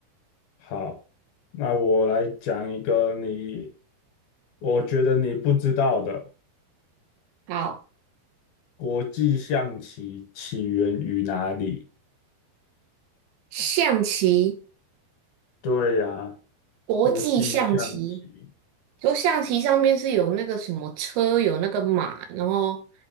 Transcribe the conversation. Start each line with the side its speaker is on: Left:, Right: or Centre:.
Left: 好，那我来讲一个你，我觉得你不知道的，
Right: 好，
Left: 国际象棋起源于哪里？
Right: 象棋，
Left: 对呀，
Right: 国际象棋
Left: 国际象棋，
Right: 就象棋上面是有那个什么车，有那个马，然后